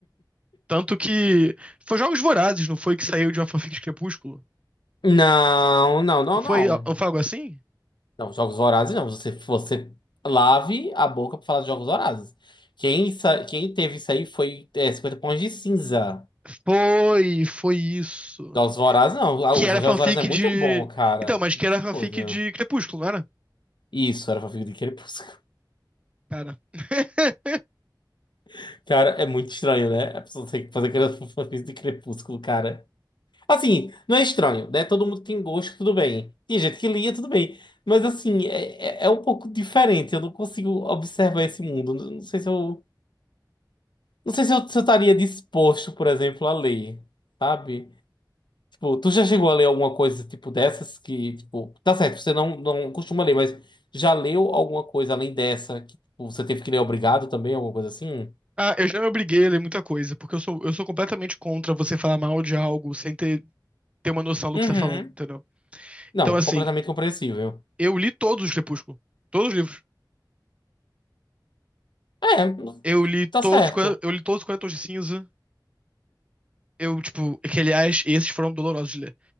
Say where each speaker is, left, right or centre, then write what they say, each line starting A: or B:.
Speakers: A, on the right; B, on the left.
A: Tanto que. Foi Jogos Vorazes, não foi que saiu de uma fanfic de Crepúsculo?
B: Não, não, não,
A: Não foi,
B: não.
A: não foi algo assim?
B: Não, Jogos Vorazes não. Você, você lave a boca pra falar de Jogos Vorazes. Quem, sa- quem teve isso aí foi é, 50 pontos de cinza.
A: Foi, foi isso.
B: Jogos Vorazes não. Ah,
A: Que
B: O
A: era
B: Jogos
A: fanfic
B: Vorazes é muito
A: de.
B: bom, cara.
A: Então, mas
B: Que
A: que era fanfic
B: coisa.
A: de Crepúsculo, não era?
B: Isso, era fanfic de Crepúsculo.
A: Cara. <laughs>
B: <laughs> Cara, é muito estranho, né? A pessoa tem que fazer aquela fanfic de Crepúsculo, cara. Assim, não é estranho, né? Todo mundo tem gosto, tudo bem. Tem gente que lia, tudo bem. Mas assim, é, é é um pouco diferente. Eu não consigo observar esse mundo. Não não sei se eu, não sei se eu, se eu estaria disposto, por exemplo, a ler, sabe? Tipo, tu já chegou a ler alguma coisa tipo dessas que, tipo, tá certo, você não, não costuma ler, mas já leu alguma coisa além dessa que tipo, você teve que ler obrigado também, alguma coisa assim?
A: Ah, eu já me obriguei a ler muita coisa, porque eu sou, eu sou completamente contra você falar mal de algo sem ter, ter uma noção do
B: Uhum.
A: que você tá falando, entendeu?
B: Não,
A: Então, assim,
B: completamente compreensível.
A: eu li todos os Crepúsculo. Todos os livros.
B: É,
A: Eu li todos,
B: tá certo.
A: os 40 eu li todos os 40 Tons de Cinza. Eu, tipo, que aliás, esses foram dolorosos de ler.